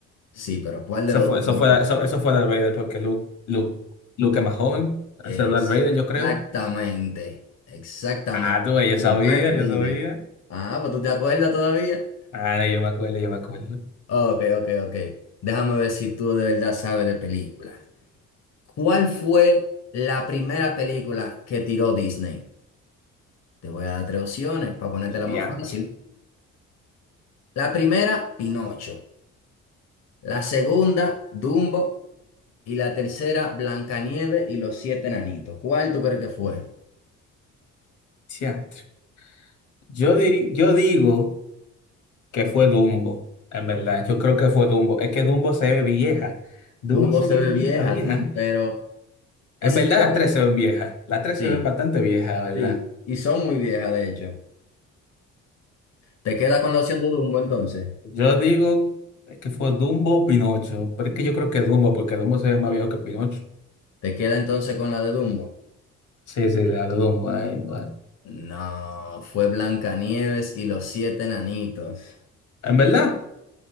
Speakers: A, on the left; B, on the left.
A: Sí, pero ¿cuál de
B: Eso
A: los
B: fue,
A: dos
B: eso
A: tú dices
B: fue, eso, eso fue Darth Vader, porque Luke, Luke, Luke es más joven. Ese
A: Exactamente,
B: es Darth Vader, yo creo.
A: exactamente.
B: Ah, tú, ves, yo
A: The
B: sabía,
A: Dark Vader.
B: yo sabía.
A: Ah, pues tú te acuerdas todavía.
B: Ah, no, yo me acuerdo, yo me acuerdo.
A: Ok, ok, ok. Déjame ver si tú de verdad sabes de películas. ¿Cuál fue la primera película que tiró Disney? Te voy a dar tres opciones para ponértela
B: El diantro,
A: más fácil. La primera, Pinocho. La segunda, Dumbo. Y la tercera, Blancanieves y los siete enanitos. ¿Cuál tú crees que fue?
B: diantro. Yo diri- yo digo que fue Dumbo, en verdad. Yo creo que fue Dumbo. Es que Dumbo se ve vieja. Dumbo
A: Dumbo
B: se
A: se
B: ve
A: ve
B: vieja,
A: vieja,
B: vieja.
A: sí, pero ese
B: En verdad,
A: tipo
B: las tres
A: de...
B: se ven viejas. Las tres
A: Sí.
B: se ven bastante viejas, ¿verdad?
A: Sí, y son muy viejas, de hecho. ¿Te queda con la opción de Dumbo entonces?
B: Yo digo que fue Dumbo o Pinocho. Pero es que yo creo que Dumbo, porque Dumbo se ve más viejo que Pinocho.
A: ¿Te queda entonces con la de Dumbo?
B: Sí, sí, la de Dumbo. ahí, vale.
A: No, fue Blancanieves y los siete enanitos.
B: En verdad,